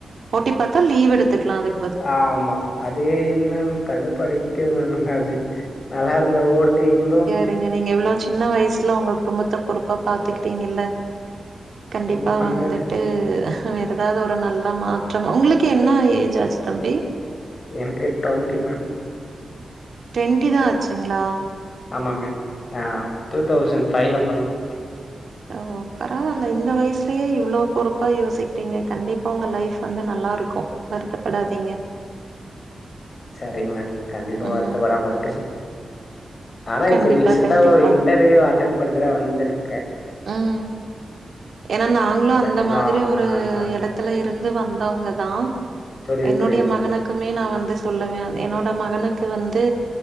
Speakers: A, on the right; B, on the left.
A: ஓ டி பாத்தா லீவ் எடுத்துக்கலா அதுக்
B: ஆமா அது என்ன கடு படிக்குது மேம் அது நல்லா இருந்த ஓ டி இருந்து
A: நீங்க நீங்க இவ்ளோ சின்ன வயசுல உங்க குடும்பத்த பொறுப்பா பாத்துக்கிறீங்கல்ல கண்டிப்பா
B: என்ன பண்றது?
A: வந்துட்டு வேற எதாவது ஒரு நல் ல மாற்றம் உங்களுக்கு என்ன ஏஜ் ஆச்சு தம்பி
B: எனக்கு டுவெண்ட்டி மேம்
A: டுவெண்ட்டி தா ஆச்சுங்களா
B: ஆமா மே ஆ டூ தௌசண்ட் ஃபைவ்ல பொறந்தே
A: ஓ பரவாயில்ல இந்த வயசுலேயே இவ்ளோ பொறுப்பா யோசிக்கிறீங்க கண்டிப்பா உங்க லைஃப் வந்து நல்லா இருக்கூ வருத்தப்படாதீங்க
B: செரிங் மேம் கண்டிப்பா
A: ம்.
B: வருத்தப்படாம இருக்கே ஆனா
A: கண்டிப்பா,
B: இப்ப ரீசென்டா
A: கண்டிப்பா.
B: ஒரு இன்டர்வியூ அட்டன் பண்ட்டுதா வந்திருக்கே
A: ம். ஏன்னா நாங்களூ
B: பட்
A: அந்த
B: இன்னும்
A: மாறி ஒரு
B: ஆஹா.
A: எடத் த்துல இருந்து வந்தவங்க தா
B: புரியுது,
A: என்னுடைய
B: புரியுது
A: மகனுக்
B: மேம்.
A: குமே நா வந்து சொல்லுவே என்னோட மகனுக்கு வந்து